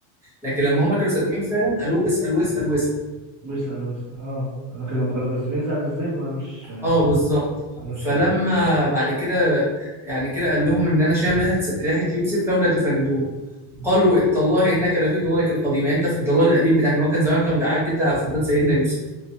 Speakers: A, in the centre; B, on the right (about 35°).
A: لكن لما هم كانوا صادقين فعلا قالوا له اسال واسال واسال
B: ويسأل ويسأل اه لكن لما كانوا كسبين ساعة الذئب مالوش
A: اه بالظبط
B: مالوش
A: فلما
B: حاجة
A: بعد كده يعني كده قال لهم ان انا شام ريحه ريحه يوسف لولا تفندون قالوا إيه؟ تالله انك لفي ضلالك القديم يعني انت في الضلال القديم بتاعك ان هو كان زمان كان بيعيط جدا على فقدان سيدنا يوسف